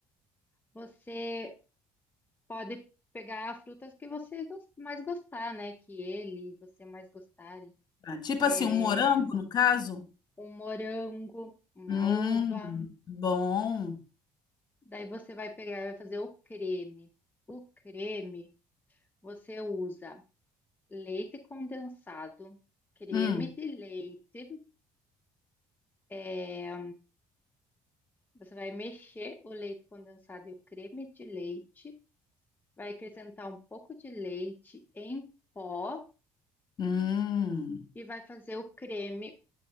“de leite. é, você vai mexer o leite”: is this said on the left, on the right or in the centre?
Left